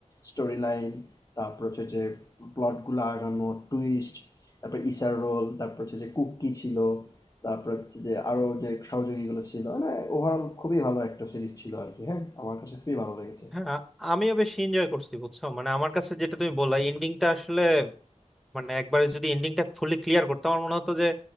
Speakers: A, on the left; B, in the centre.
A: স্টোরি লাইন তারপর হচ্ছে যে প্লটগুলো আগানো টুইস্ট তারপর ইসার রোল তারপর হচ্ছে যে কুকি ছিল তারপর হচ্ছে যে আরও যে সহযোগীগুলো ছিল মানে ওভারঅল খুবই ভালো একটা সিরিজ ছিল আর কি হ্যাঁ আমার কাছে খুবই ভালো লেগেছে
B: হ্যাঁ আমিও বেশ এনজয় করছি বুঝছো মানে আমার কাছে যেটা তুমি বললা এন্ডিংটা আসলে মানে একবারে যদি এন্ডিংটা ফুলি ক্লিয়ার করতো আমার মনে হতো যে